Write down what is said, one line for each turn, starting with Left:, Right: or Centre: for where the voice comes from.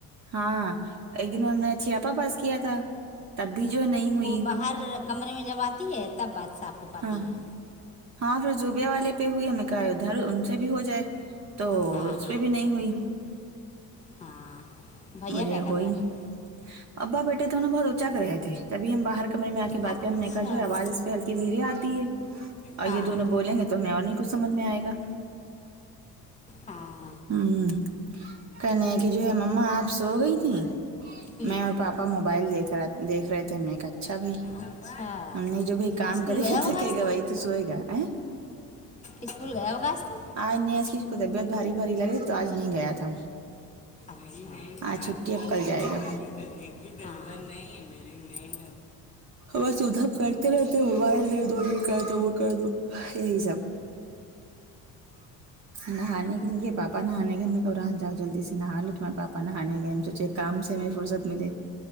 Right: ہاں ایک دن ہم نے اچھی آپا پاس کیا تھا تب بھی جو نہیں ہوئی
Left: وہ باہر کمرے میں جب آتی ہے تب بات صاف ہو پاتی
Right: ہاں
Left: ہے
Right: ہاں پھر زوبیا والے پہ ہوئی ہمیں کہا ادھر ان سے بھی ہو جائے تو
Left: ہاں
Right: اس
Left: ہاں
Right: پہ بھی نہیں ہوئی
Left: ہاں بھیا
Right: وجے
Left: کیا کر
Right: ہو ہی
Left: رہا
Right: نہیں
Left: ہے
Right: ابا بیٹے دونوں بہت اوچک رہے تھے تبھی ہم باہر کمرے میں آ کے
Left: اچھا
Right: بات پہ ہم نے کہا جو ہے آواز اس پہ ہلکی دھیرے آتی ہے اور
Left: ہاں
Right: یہ دونوں بولیں گے تو ہمیں اور نہیں کچھ سمجھ میں آئے گا
Left: ہاں
Right: ہمم کہنے لگے کہ جو ہے مما آپ سو گئی تھی
Left: ہوں
Right: میں اور پاپا ا موبائل دیکھ رہا دیکھ رہے تھے ہم نے کہا اچھا بھائی
Left: اچھا
Right: ہم نے جو بھائی کام
Left: اسکول
Right: کرے
Left: گیا
Right: گا
Left: ہوگا
Right: تھکے
Left: آج
Right: گا وہی تو سوئے گا ہے
Left: اسکول گیا ہوگا آج تو
Right: آج نہیں ایس چیز کو طبیعت بھاری بھاری لگی تو آج نہیں گیا تھا
Left: میری نہیں
Right: آج چھٹی
Left: آپ کو
Right: اب کل
Left: کھیتی
Right: جائے گا
Left: باڑی کرنے کی ضرورت نہیں ہے میری نہیں
Right: بس ادھر کرتے رہتے موبائل دے دو یہ کر دو وہ کر دو یہی سب نہانے کے لیے پاپا نہانے کا میں تو رہان جاؤ جلدی سے نہ آو تمار بات ا نہانے گئے ہم سوچے کام سے ہم فرصت ملے